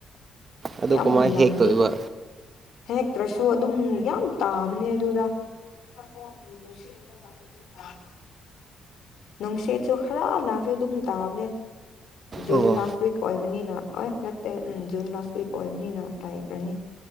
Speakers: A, on the right (about 35°); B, on the left (about 75°).
A: ꯑꯗꯨ
B: ꯌꯥꯝ
A: ꯀꯃꯥꯏꯅ
B: ꯃꯨꯜꯂꯝꯅꯤ
A: ꯍꯦꯛ ꯇꯧꯏꯕ
B: ꯍꯦꯛꯇ꯭ꯔꯁꯨ ꯑꯗꯨꯝ ꯌꯥꯝ ꯇꯥꯕꯅꯦ ꯑꯗꯨꯗ <unintelligible> ꯅꯨꯡꯁꯦꯠꯁꯨ ꯈꯔ ꯂꯥꯛꯁꯨ ꯑꯗꯨꯝ ꯇꯥꯕꯅꯦ ꯖꯨꯟ
A: ꯑꯣ
B: ꯂꯥꯁ ꯋꯤꯛ ꯑꯣꯏꯕꯅꯤꯅ ꯑꯣꯏ ꯅꯠꯇꯦ ꯎꯝ ꯖꯨꯟ ꯂꯥꯁ ꯋꯤꯛ ꯑꯣꯏꯕꯅꯤꯅ ꯂꯥꯏꯈ꯭ꯔꯅꯤ